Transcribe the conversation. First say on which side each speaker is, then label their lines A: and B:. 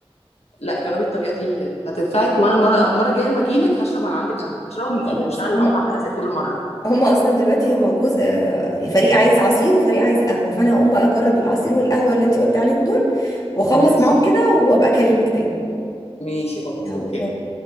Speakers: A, on the left; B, on the left.
A: لا جربي الطريقه دي هتنفعك وانا المره المره الجايه ما اجيلك هشرب على عندك قهوه هشربها من ايدك
B: خلاص
A: مش انا اللي
B: هم
A: هقوم اعملها زي كل مره
B: هم اصلا دلوقتي هو الجزء آه، يعني فريق عايز عصير وفريق عايز قهوه فانا هقوم بقى اجرب العصير والقهوه اللي انت قلت عليهم دول واخلص
A: ماشي
B: معاهم كده وابقى اكلمك تاني
A: ماشي خلاص
B: يلا
A: اوكي
B: باي